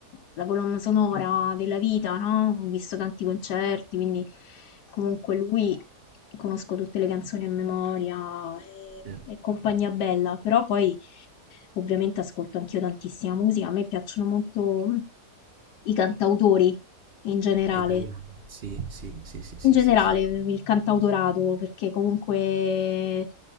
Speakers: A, on the left (about 80°); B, on the right (about 50°).
A: la colonna sonora della vita, no? Ho visto tanti concerti, quindi comunque lui conosco tutte le canzoni a memoria e,
B: Eh,
A: e compagnia bella, però poi Ovviamente ascolto anch'io tantissima musica, a me piacciono molto mm, i cantautori in generale,
B: Italiano, sì, sì, sì, sì, sì,
A: in generale
B: sì, sì.
A: il cantautorato, perché comunque